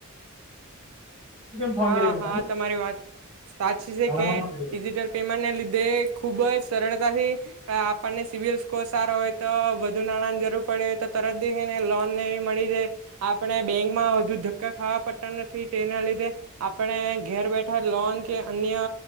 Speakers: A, on the right (about 25°); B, on the right (about 80°).
A: કેમ ફોન
B: હા
A: કર્યો
B: હા તમારી વાત સાચી છે
A: તારા
B: કે
A: માટે ફોન
B: ડિજિટલ
A: કર્યો
B: પેમેન્ટને લીધે ખુબ જ સરળતાથી આપણને સિવિલ સ્કોર સારો હોય તો વધુ નાણાં ની જરૂર પડે, તો તરત દેહે ને લોન ને એવી મળી જાય, આ પણે બેંક માં વધુ ધક્કા ખાવા પડ તા નથી ટેના લીધે આપણે ઘેર બેઠા લોન કે અન્ય